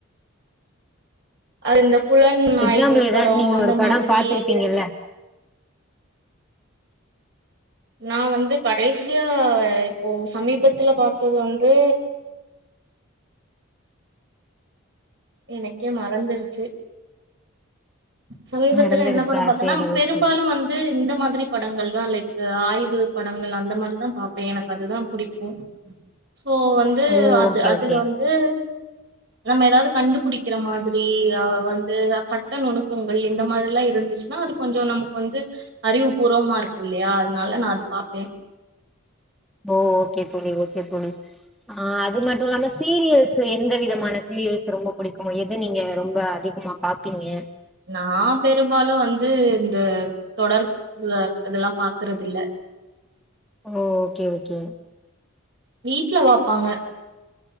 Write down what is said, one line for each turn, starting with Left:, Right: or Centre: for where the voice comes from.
Right: அது இந்த புல நாய்வு
Centre: எக்ஸாம்பிள் ஏதாவது
Right: படோ
Centre: நீங்க
Right: அந்த
Centre: ஒரு படம்
Right: மாதிரி
Centre: பாத்திருப்பீங்கல்ல
Right: இரு நா வந்து கடைசியா இப்போ சமீபத்துல பாத்தது வந்து எனக்கே மறந்துருச்சு சமீபத்துல
Centre: நடந்துருச்சா
Right: என்ன படம் பாத்தோன்னா
Centre: சேரி
Right: பெரும்பாலும்
Centre: ஓகே ஓகே
Right: வந்து இந்த மாதிரி படங்கள் தா லைக் ஆய்வு படங்கள் அந்த மாரிதா பாப்பே எனக்கு அதுதா புடிக்கு போ வந்து
Centre: ஓ
Right: அது
Centre: ஓகே
Right: அதுல
Centre: ஓகே
Right: வந்து நம்ம ஏதாவுது கண்டுபுடிக்கிற மாதிரி ஆ வந்து சட்ட நுணுக்கங்கள் இந்த மாதிரிலா இருந்துச்சுன்னா அது கொஞ்சோ நமக்கு வந்து அறிவுபூர்வமாருக்கு இல்லையா அதனால நா அது பாப்பே
Centre: ஓஹ் ஓகே தோழி ஓகே தோழி ஆ அது மட்டு இல்லாம சீரியல்ஸ் எந்த விதமான சீரியல்ஸ் ரொம்ப பிடிக்கு எது நீங்க ரொம்ப அதிகமா பாப்பீங்க
Right: நா பெரும்பாலு வந்து இந்த தொடர் இதெல்லா பாக்குற தில்ல
Centre: ஓ ஹ் ஓகே ஓகே
Right: வீட்ல வாப்பாங்க